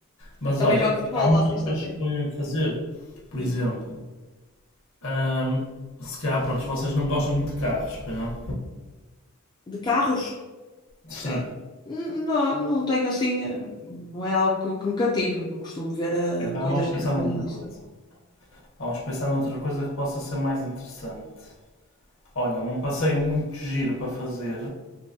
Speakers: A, on the left; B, on the left.
A: Mas
B: Também
A: olha,
B: jogo futebol
A: há muitas
B: lá sexta-feira.
A: coisas que podem fazer. Por
B: Diz.
A: exemplo, ahm, se calhar, pronto, vocês não gostam muito de carros, pois não?
B: De carros?
A: Sim.
B: Ah, n- Não, não tenho assim, eh, não é algo que, que me cativa. Não costumo ver eh,
A: Então
B: coisas
A: vamos pensar
B: que é
A: noutra
B: disso.
A: coisa. Vamos pensar noutra coisa que possa ser mais interessante. Olha, um passeio muito giro para fazer,